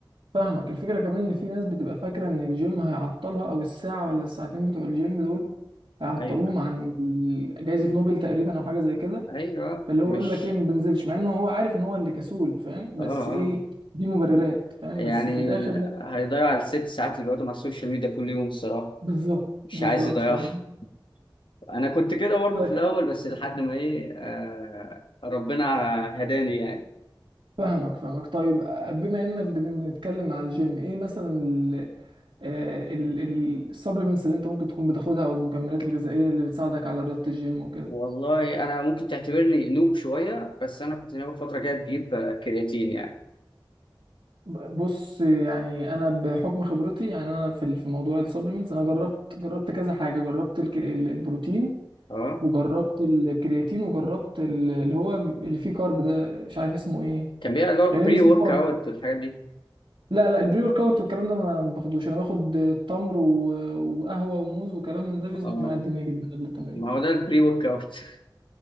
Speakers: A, on the right; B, on the left.
A: فاهمك الفكرة كمان ان في ناس بتبقى فاكرة ان الجيم هيعطلها او الساعة ولا الساعتين بتوع الجيم دول هيعطلوهم
B: ايوه
A: عن ال- جايزة نوبل تقريبا او حاجة زي كده
B: ايوه
A: فاللي هو
B: مش
A: يقول لك ايه ما بنزلش مع انه هو عارف ان هو اللي كسول فاهم بس
B: اه
A: ايه
B: اه
A: دي مبررات فاهم
B: يعني
A: بس في الاخر
B: ال-
A: لا
B: هيضيع الست ساعات اللي بيقعدوا مع السوشيال ميديا كل يوم الصراحه
A: بالظبط
B: مش
A: بالظبط
B: عايز يضيعها
A: فاهم
B: انا كنت كده برضه
A: طيب
B: في الاول بس لحد ما ايه آه ربنا هداني يعني
A: فاهمك فاهمك طيب آه، بما انك بنتكلم على الجيم ايه مثلا السبلمنتس اللي انت ممكن تكون بتاخدها او المكملات الغذائيه اللي بتساعدك على رياضه الجيم وكده
B: والله انا ممكن تعتبرني نوب شويه بس انا كنت ناوي فتره جايه بجيب آه، كرياتين يعني
A: ب- بص يعني انا بحكم خبرتي يعني انا في ال- في موضوع السبلمنتس انا جربت جربت كذا حاجه جربت الك- ال- البروتين
B: اه
A: وجربت الكرياتين وجربت ال- اللي هو اللي فيه كارب ده مش عارف اسمه ايه
B: كان بيبقى اللي هو
A: غالبا
B: بري
A: اسمه
B: ورك
A: كارب
B: اوت والحاجات دي
A: لا لا البري ورك اوت والكلام ده ما باخدوش انا باخد تمر و- وقهوه وموز وكلام من ده بيظبط
B: اه
A: معايا الدنيا جدا قبل التمرين
B: ما هو ده البري ورك اوت <laughs>